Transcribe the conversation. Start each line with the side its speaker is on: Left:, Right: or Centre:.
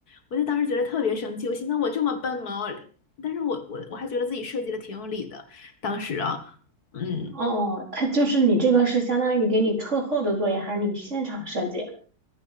Left: 我就当时觉得特别生气，我心想我这么笨吗？我但是我我我还觉得自己设计的挺有理的，当时啊，嗯，
Right: 哦，他就是你这个是相当于给你课后的作业，还是你现场设计？